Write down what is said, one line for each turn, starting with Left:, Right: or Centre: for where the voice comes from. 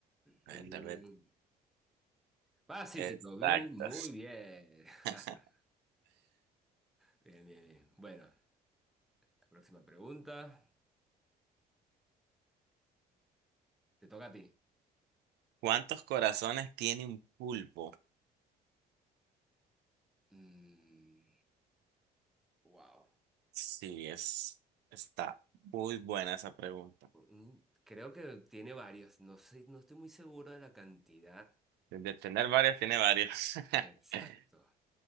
Centre: mm,
Right: a ver, a ver.
Centre: Pacífico,
Right: Exacto.
Centre: bien, muy bien. <laughs>
Right: <laughs>
Centre: Bien, bien, bien. Bueno, la próxima pregunta. Te toca a ti.
Right: ¿Cuántos corazones tiene un pulpo?
Centre: Mm, wow.
Right: Sí, es, está muy buena esa pregunta.
Centre: Mm, Creo que tiene varios. No sé, no estoy muy seguro de la cantidad.
Right: De tener varios, tiene varios. <laughs>
Centre: Exacto.